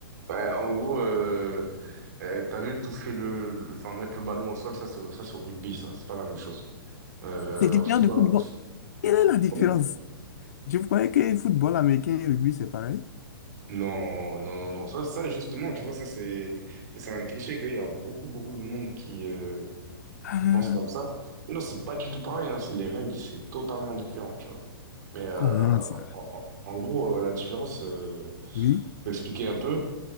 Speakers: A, on the right (about 45°); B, on the left (about 45°).
A: Ouais, en gros, euh, euh, t'as vu toucher le, le- enfin mettre le ballon au sol, ça c'est, ça c'est au rugby, ça, c'est pas la même chose. Euh,
B: C'est différent
A: au football,
B: du football. Quelle est la différence?
A: comment?
B: Je croyais que le football américain et le rugby, c'est pareil.
A: Non, non, non, non, ça, ça justement, tu vois, ça c'est, ça c'est un cliché qu'il y a beaucoup, beaucoup de monde qui, euh,
B: Ah,
A: qui pense comme ça. Non, c'est pas du tout pareil, hein, c'est les règles, c'est totalement différent, tu vois. Mais euh,
B: comment ça?
A: en, en- en gros, euh, la différence, euh,
B: Oui,
A: pour t'expliquer un peu.